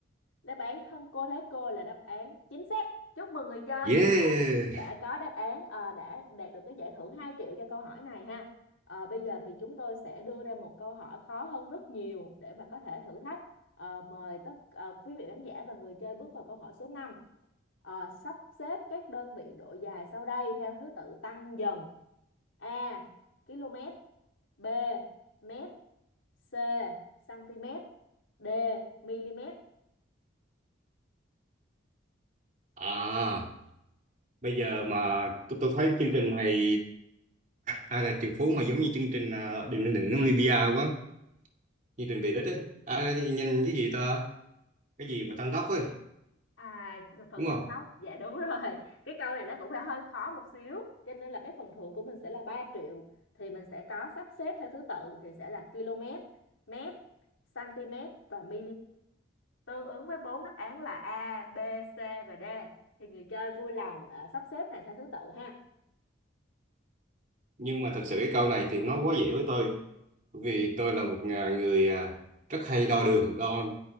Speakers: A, on the left; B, on the right.
A: đáp án thân cô thế cô là đáp án chính xác chúc mừng người chơi
B: yeah
A: đã đã có đáp án ờ, đã đạt được cái giải thưởng 2 triệu cho câu hỏi này ha Ờ, bây giờ thì chúng tôi sẽ đưa ra một câu hỏi khó hơn rất nhiều để mà có thể thử thách Ờ, mời tất ờ, quý vị khán giả và người chơi bước vào câu hỏi số 5 sắp xếp các đơn vị độ dài sau đây theo thứ tự tăng dần A km B mét C cm D mm
B: à bây giờ mà tôi, tôi thấy chương trình này ai là triệu phú mà giống như chương trình à, đừng lên đỉnh Olympia quá chương trình về đích ấy à, thì nhanh cái gì ta cái gì mà tăng tốc ấy
A: À, phần
B: đúng không
A: tăng tốc, dạ đúng rồi. Cái câu này nó cũng phải hơi khó một xíu, cho nên là cái phần thưởng của mình sẽ là 3 triệu. Thì mình sẽ có sắp xếp theo thứ tự thì sẽ là km, mét, cm và mm. Tương ứng với bốn đáp án là A, B, C và D. Thì người chơi vui lòng ờ, sắp xếp này theo thứ tự ha,
B: nhưng mà thật sự cái câu này thì nó quá dễ với tôi bởi vì tôi là một à, người à, rất hay đo đường đo